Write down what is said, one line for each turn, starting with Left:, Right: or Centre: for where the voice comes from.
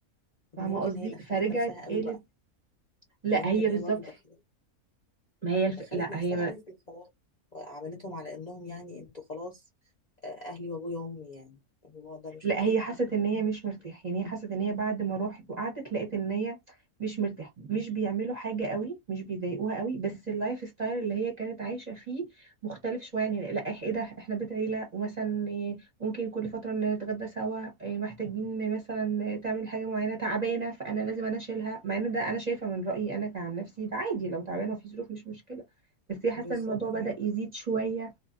Left: طب
Right: فاهمه
Left: ما يمكن
Right: قصدي
Left: هي دخلت
Right: فرجعت
Left: نفسها قوي
Right: قالت
Left: بقى
Right: لا
Left: هي يمكن
Right: هي
Left: هي
Right: بالظبط
Left: برضه دخلت
Right: ما هي الف...
Left: دخلت
Right: لا
Left: نفسها
Right: هي ما...
Left: قوي في الحوار وعملتهم على انهم يعني انتوا خلاص آه، اهلي وابويا وامي يعني الموضوع ده مش
Right: لا
Left: حقيقي
Right: هي حست ان هي مش مرتاحه يعني هي حست ان هي بعد ما راحت وقعدت لقيت ان هي مش مرتاحه مش بيعملوا حاجه قوي مش بيضايقوها قوي بس اللايف ستايل اللي هي كانت عايشه فيه مختلف شويه يعني لا إح- ايه ده احنا بيت عيله ومثلا إيه، ممكن كل فتره نتغدى سوا إيه، محتاجين مثلا تعمل حاجه معينه تعبانه فانا لازم انا اشيلها مع ان ده انا شايفه من رايي انا كعن نفسي ده عادي لو تعبانه في ظروف مش مشكله بس هي حاسه
Left: بالظبط
Right: إن الموضوع بدأ
Left: عادي
Right: يزيد شويه